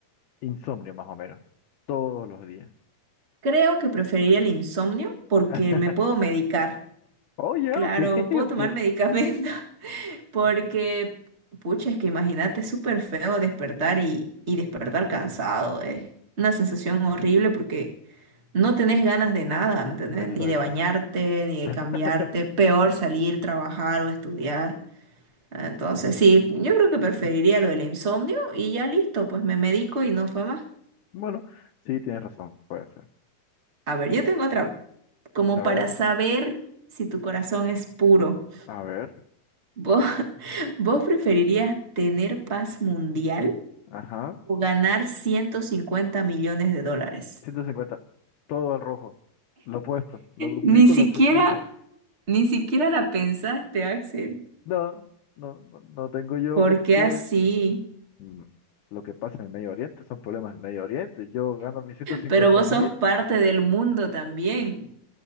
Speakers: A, on the left (about 75°); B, on the right (about 55°).
A: Insomnio más o menos, todos los días.
B: Creo que preferiría el insomnio porque
A: <laughs>
B: me puedo medicar.
A: Oh, ya,
B: Claro,
A: ok, <laughs>
B: puedo
A: ok.
B: tomar medicamentos. <laughs> Porque, pucha, es que imagínate, es súper feo despertar y, y despertar cansado. Es una sensación horrible porque no tenés ganas de nada, ¿me entendés?
A: Exacto.
B: Ni de bañarte, ni de
A: <laughs>
B: cambiarte. Peor salir, trabajar o estudiar. Entonces, sí, yo creo que preferiría lo del insomnio y ya listo, pues me medico y no fue más.
A: Bueno, sí, tienes razón, puede ser.
B: A ver, yo tengo otra. Como
A: A
B: para
A: ver,
B: saber si tu corazón es puro.
A: a ver,
B: ¿Vos, <laughs> vos preferirías tener paz mundial?
A: ajá.
B: o ganar ciento cincuenta millones de dólares.
A: 150. Todo al rojo. Lo opuesto. Lo duplico,
B: Ni siquiera,
A: lo triplico.
B: ni siquiera la pensaste, Axel.
A: No, no, no, no tengo yo
B: ¿Por
A: porque
B: qué así?
A: mm, lo que pasa en el Medio Oriente son problemas del Medio Oriente. Yo gano mis ciento cincuenta
B: Pero vos
A: mil,
B: sos parte del mundo también.